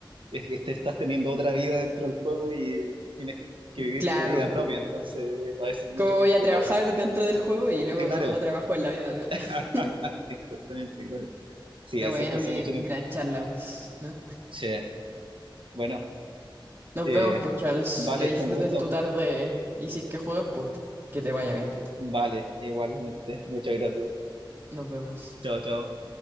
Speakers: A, on the right (about 80°); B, on the right (about 40°).
A: es- es- te estás teniendo otra vida dentro del juego y tienes que, que vivir
B: Claro,
A: tu vida propia,
B: pu,
A: entonces a veces mucho
B: ¿cómo
A: tiempo,
B: voy a trabajar
A: claro.
B: dentro del juego y luego
A: Claro,
B: no, no trabajo en la vida real?
A: <laughs>
B: <laughs>
A: exactamente, claro. Sí,
B: Pero
A: a veces
B: bueno,
A: cuesta
B: qué
A: mucho
B: gran
A: tiempo.
B: charla, pues, ¿no?
A: Sí, bueno,
B: Nos
A: eh,
B: vemos, pues, Charles.
A: vale,
B: Que disfrutes
A: fue un gusto.
B: Vale, tu tarde y si es que juegas, pues, que te vaya bien.
A: Vale, igualmente. Muchas gracias.
B: Nos vemos.
A: Chao, chao.